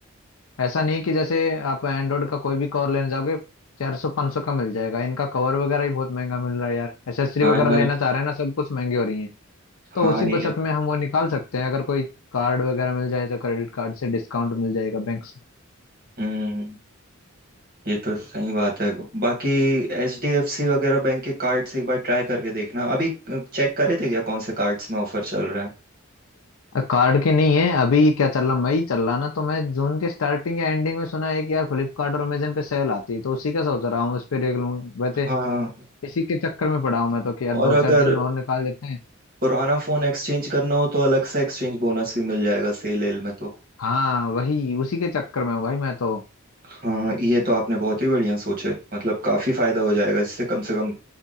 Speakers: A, on the left; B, on the right.
A: ऐसा नहीं कि जैसे आप एंड्रॉइड का कोई भी कवर लेने जाओगे चार सौ पाँच सौ का मिल जाएगा इनका कवर वगैरह ही बहुत महंगा मिल रहा है यार एसेसरी
B: हाँ
A: वगैरह
B: यार
A: लेना चाह रहे हैं ना सब कुछ महंगी हो रही है तो
B: हाँ
A: उसी
B: ये
A: बचत में हम वो निकाल सकते हैं अगर कोई कार्ड वगैरह मिल जाए तो क्रेडिट कार्ड से डिस्काउंट मिल जाएगा बैंक
B: हम्म हम्म, हम्म। ये तो सही बात है बाकी एच डी एफ सी वगैरह बैंक के कार्ड्स एक बार ट्राई करके देखना अभी चेक करे थे क्या कौन से कार्ड्स में ऑफर चल रहा है
A: कार्ड की नहीं है अभी क्या चल रहा मई चल रहा ना तो मैं जून के स्टार्टिंग या एंडिंग में सुना है कि यार फ्लिपकार्ट और अमेजन पे सेल आती है तो उसी का सोच रहा हूँ उस पे देख लूँ वैसे
B: हाँ
A: इसी के चक्कर में पड़ा हूँ मैं तो कि यार दो
B: और अगर
A: चार दिन और निकाल लेते हैं
B: पुराना फोन एक्सचेंज करना हो तो अलग से एक्सचेंज बोनस भी मिल जाएगा सेल एल में तो
A: हाँ वही उसी के चक्कर में हूँ भाई मैं तो
B: हाँ ये तो आपने बहुत ही बढ़िया सोचे मतलब काफी फायदा हो जाएगा इससे कम से कम